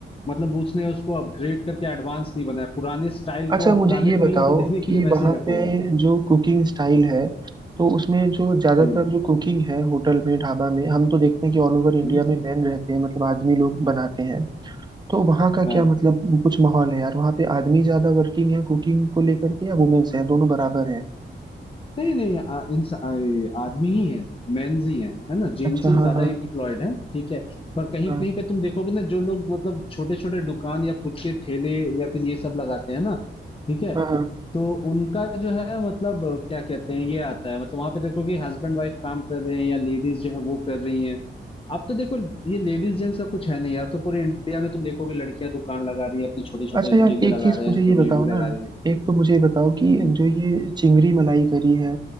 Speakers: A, on the left; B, on the right.
A: मतलब बूथ्स ने उसको अपग्रेड करके एडवांस नहीं बनाया पुराने स्टाइल
B: अच्छा
A: को और
B: मुझे
A: पुराने
B: ये बताओ
A: फील को देने के
B: कि
A: लिए वैसे
B: वहाँ
A: ही रखा
B: पे
A: हुआ है
B: जो कुकिंग स्टाइल है तो उसमें जो ज्यादातर
A: हम्म
B: जो कुकिंग है होटल में ढाबा में हम तो देखते हैं कि ऑल ओवर इंडिया
A: हम्म,
B: में मैन रहते हैं मतलब आदमी लोग बनाते हैं तो वहाँ का
A: हाँ
B: क्या मतलब कुछ माहौल है यार वहाँ पे आदमी ज्यादा वर्किंग है कुकिंग को लेकर के या वुमेन्स है दोनों बराबर है
A: नहीं नहीं आ, इंस- आ, आदमी ही है मेंस ही है है ना जेंट्स
B: अच्छा
A: ही
B: हाँ
A: ज्यादा
B: हाँ
A: एम्प्लॉयड है ठीक है पर कहीं
B: हाँ
A: कहीं पे तुम देखोगे ना जो लोग मतलब छोटे छोटे दुकान या खुद के ठेले या फिर ये सब लगाते हैं ना ठीक है
B: हाँ हाँ
A: तो उनका जो है मतलब अ, क्या कहते हैं ये आता है मतलब वहां पे देखो कि हस्बैंड वाइफ काम कर रहे हैं या लेडीज जो है वो कर रही हैं अब तो देखो ये लेडीज जेंट्स का कुछ है नहीं यार तो पूरे इंडिया में तुम देखोगे लड़कियां दुकान लगा रही है अपने छोटे छोटे
B: अच्छा
A: ठेले
B: यार एक
A: लगा
B: चीज
A: रहे
B: मुझे
A: हैं
B: ये
A: तो
B: बताओ
A: रेडी
B: ना
A: लगा रही
B: एक तो मुझे ये बताओ कि
A: है
B: जो ये चिंगरी मलाई करी है